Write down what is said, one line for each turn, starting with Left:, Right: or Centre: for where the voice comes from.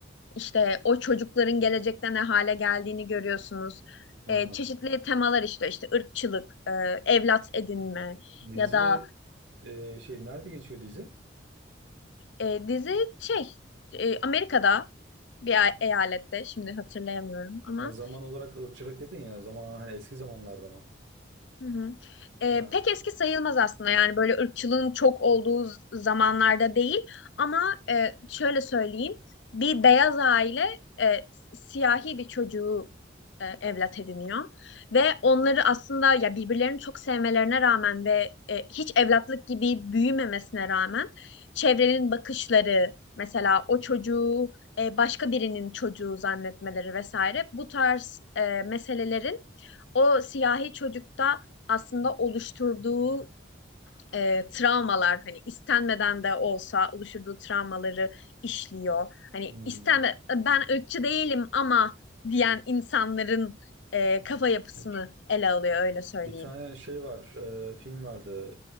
Left: İşte o çocukların gelecekte ne hale geldiğini görüyorsunuz.
Right: Ha,
Left: E, çeşitli temalar işte işte ırkçılık, e, evlat edinme
Right: dizi
Left: ya da
Right: e, şey nerede geçiyor dizi?
Left: e, dizi şey e, Amerika'da bir e- eyalette şimdi hatırlayamıyorum ama
Right: Yani zaman olarak ırkçılık dedin ya zaman hani eski zamanlarda mı?
Left: Hı hı. Ee,
Right: Ha.
Left: pek eski sayılmaz aslında yani böyle ırkçılığın çok olduğu z- zamanlarda değil ama e, şöyle söyleyeyim bir beyaz aile e, s- siyahi bir çocuğu e, evlat ediniyor ve onları aslında ya birbirlerini çok sevmelerine rağmen ve e, hiç evlatlık gibi büyümemesine rağmen çevrenin bakışları mesela o çocuğu e, başka birinin çocuğu zannetmeleri vesaire bu tarz e, meselelerin o siyahi çocukta aslında oluşturduğu e, travmalar hani istenmeden de olsa oluşturduğu travmaları işliyor. Hani
Right: Hmm.
Left: istenme "E, ben ırkçı değilim ama diyen insanların e, kafa yapısını
Right: evet.
Left: ele alıyor öyle söyleyeyim.
Right: Bir tane şey var, e, film vardı.